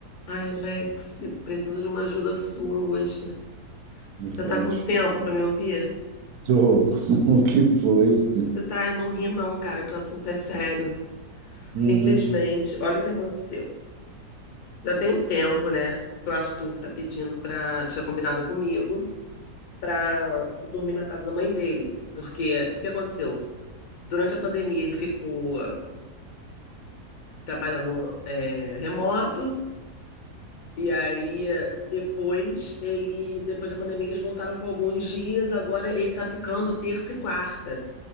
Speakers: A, on the left; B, on the right.
A: Ai, Lex, preciso de uma ajuda sua hoje.
B: Me conte.
A: Você tá com tempo pra me ouvir?
B: Do, <laughs> o que foi?
A: Você tá, não ri não, cara, que o assunto é sério.
B: Hum,
A: Simplesmente, olha o que aconteceu. Já tem um tempo, né, que o Arthur tá pedindo pra, tinha combinado comigo, pra dormir na casa da mãe dele. Porque, o que que aconteceu? Durante a pandemia, ele ficou trabalhando é, remoto, e aí, depois, ele, depois da pandemia, eles voltaram com alguns dias. Agora ele tá ficando terça e quarta.